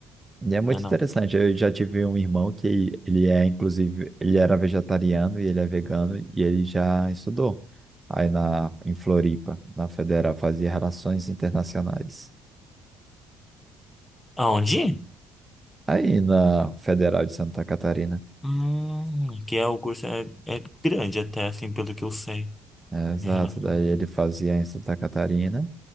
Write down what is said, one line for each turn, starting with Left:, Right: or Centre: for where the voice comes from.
Right: E é muito
Left: Não é não.
Right: interessante. Eu já tive um irmão que ele é, inclusive, ele era vegetariano e ele é vegano e ele já estudou aí na, em Floripa, na Federal, fazia Relações Internacionais.
Left: Aonde?
Right: Aí na Federal de Santa Catarina.
Left: Hum, que é o curso é, é grande até, assim, pelo que eu sei.
Right: É, exato,
Left: em relação
Right: daí
Left: a
Right: ele fazia em Santa Catarina,